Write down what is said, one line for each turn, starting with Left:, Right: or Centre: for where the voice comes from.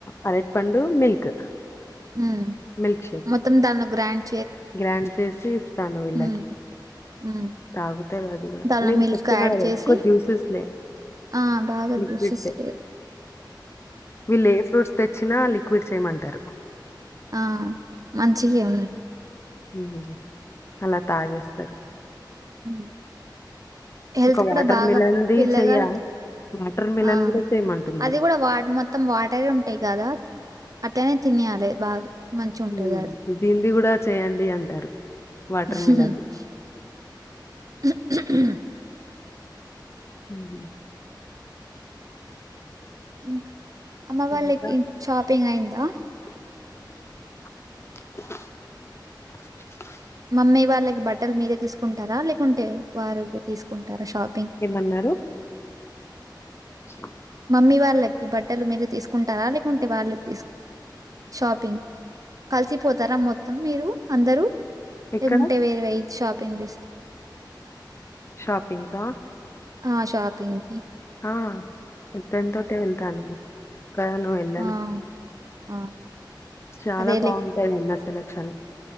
Left: అరటి పండు మిల్క్
Right: ఉ
Left: మిల్క్ షేక్
Right: మొత్తం దాన్ని గ్రాండ్
Left: గ్రాండ్ చేసి ఇత్తను విళ్ళకి
Right: హ్మ్. హ్మ్.
Left: తాగుతారు అది కూడా
Right: దానిలో
Left: నేను
Right: మిల్క్
Left: చెప్తున్నా
Right: యాడ్
Left: కదా
Right: చేసి
Left: ఎక్కువ జ్యూసెస్లే
Right: ఆ బాగా
Left: లిక్విడ్సే
Right: జుషస్లే
Left: వీళ్ళు ఏ ఫ్రూట్స్ తెచ్చినా లిక్విడ్స్ చేయమంటారు
Right: ఆ మంచిగే ఉన్
Left: ఊ అలా తాగేస్తారు
Right: ఉ హెల్త్
Left: ఒక
Right: కూడా
Left: వాటర్
Right: బాగా
Left: మిలన్‌ది
Right: పిల్లగాల్లకి
Left: చెయ్య వాటర్ మిలన్
Right: ఆ
Left: గూడా చేయమంటున్నారు.
Right: అది కూడా వా మొత్తం వాటరే ఉంటాయి కదా అట్లనే తినయాలి బాగా మంచి ఉంటుంది
Left: హ్మ్.
Right: అది
Left: దీనిది గూడా చేయండి అంటారు
Right: <unintelligible>
Left: వాటర్ మిలన్‌ది.
Right: <inaudible>
Left: హు
Right: ఇంకా అమ్మ వాళ్ళకి
Left: ఇంకా
Right: షాపింగ్ అయిందా
Left: <unintelligible> <inaudible>
Right: మమ్మీ వాళ్ళకి బట్టలు మీరే తీసుకుంటారా లేకుంటే వారు తీసుకుంటారా షాప్
Left: ఏమన్నారు <unintelligible> <inaudible>
Right: మమ్మీ వాళ్ళకి బట్టలు మీరు తీసుకుంటారా లేకుంటే వాళ్ళు తీసు షాపింగ్ కలిసిపోతారా మొత్తం మీరు అందరూ
Left: ఎక్కడ?
Right: లేకుంటే వేరు వెయి షాపింగ్ చేస్తు
Left: షాపింగ్ కా
Right: ఆ షాపింగ్కి
Left: ఆ ఇద్దన్ తోటే వెళ్తాను ఒక్కదాన్నే వెళ్ళాను
Right: ఆ! ఆ
Left: చాలా
Right: అదే
Left: బాగుంటాయి అన్న సెలక్షన్